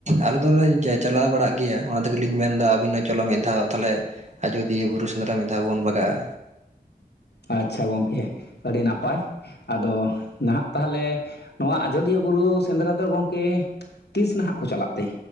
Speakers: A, on the right; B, on the left.
A: ᱟᱞᱮ ᱫᱚᱞᱮ ᱪᱟᱞᱟᱣ ᱵᱟᱲᱟᱜ ᱜᱮᱭᱟ ᱚᱱᱟ ᱛᱮᱜᱮ ᱞᱤᱧ ᱢᱮᱱᱫᱟ ᱟᱹᱵᱤᱱ ᱦᱚᱸ ᱪᱚᱞᱚ ᱢᱤᱫ ᱫᱷᱟᱣ ᱛᱟᱞᱦᱮ ᱟᱡᱚᱫᱤᱭᱟᱹ ᱵᱩᱨᱩ ᱥᱮᱸᱫᱽᱨᱟ ᱢᱤᱫ ᱫᱷᱟᱣ ᱵᱚᱱ ᱵᱟᱜᱟᱼᱟ
B: ᱟᱪᱪᱷᱟ ᱜᱚᱝᱠᱮ ᱟᱹᱰᱤ ᱱᱟᱯᱟᱭ ᱟᱫᱚ ᱱᱟᱦᱟᱜ ᱛᱟᱦᱞᱮ ᱱᱚᱣᱟ ᱟᱡᱚᱫᱤᱭᱟᱹ ᱵᱩᱨᱩ ᱥᱮᱸᱫᱽᱨᱟ ᱫᱚ ᱜᱚᱢᱠᱮ ᱛᱤᱥ ᱱᱟᱦᱟᱜ ᱠᱚ ᱪᱟᱞᱟᱜ ᱛᱮ